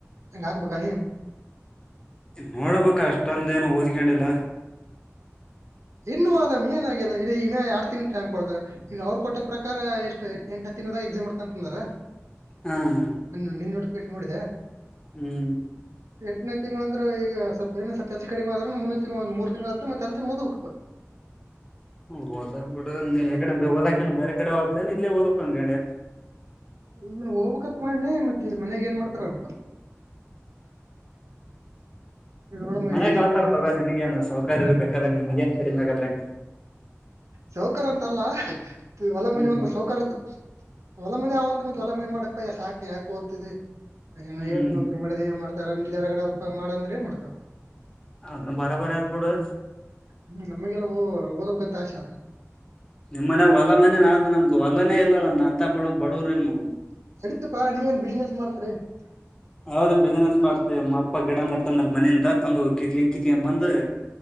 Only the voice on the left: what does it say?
ನೋಡ್ಬೇಕ ಅಷ್ಟೊಂದೇನು ಓದ್ಕೊಂಡಿಲ್ಲ
ಹಾ
ಹ್ಮ್
<unintelligible> ಹದ ಕೂಡ ನೀ <unintelligible> ಓದಕ್ಕೆನೋ ಬೇರೆ ಕಡೆ ಹೋಗ್ - <unintelligible> ಇಲ್ಲೇ ಓದಕ ಅಂಗಂಡ
ಮನೆ
<unintelligible> ತಗೊಂಡ ನಿನ್ಗ ಏನು ಸೌಕ ಕರಿ ಇರ್ಬೇಕದಂಗ ನಿಮಗ ಏನ್ ಕಡಿಮೆ ಆಗಾದಂ <unintelligible>
ಹ್ಮ್
ಹ್ಮ್
ಅದನ್ ಬರಬರಿ ಆದ್ ಬಿಡು
ನಿಮ್ಮ್ ಮನೆ ಹೊಲ ಮನೆ ನಾ ನಮ್ಗ ಹೊಲನೇ ಇರೋಳಣ್ಣ <unintelligible> ಅಂತ ಬಡ ಬಡವ್ರಿಲ್ ನಾವು
ಹೌದ್ ಬಿಸ್ನೆಸ್ ಮಾಡ್ತೇವಿಮ್ಮ ಅಪ್ಪ ಗಿಡ ನೆಟ್ಟಂದ ಅಲ್ಲಿ ಮನಿಂದ ತಂದು <unintelligible> ಕಿತ್ಕೊಂಡ ಬಂದ್